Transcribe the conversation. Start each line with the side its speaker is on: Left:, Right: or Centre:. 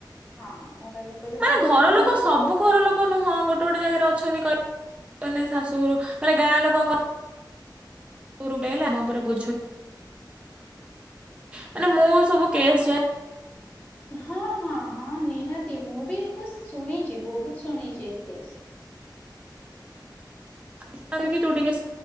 Left: ହଁ ଘର ଲୋକ ବି
Right: ମାନେ
Left: କହିପାରିବେନି।
Right: ଘର ଲୋକ ସବୁ ଘର ଲୋକ ନୁହଁ ଗୋ ୋଟେ ଗୋଟେ ଜାଗାରେ ଅଛନ୍ତି କଇ ଶାଶୁଘରୁ ମାନେ ଗାଁ ଲୋକଙ୍କ ରୁ ହେଲା ମୋଉପରେ ବୋ ମାନେ ମୁଁ ସବୁ କେସ୍
Left: ହଁ ହଁ ହଁ ନିହାତି ମୁଁ ବି ଏକ ଶୁଣିଛି ବହୁତ ଶୁଣିଛି ଏ କେସ୍।
Right: ଯାହା କି ତୁ ଟିକେ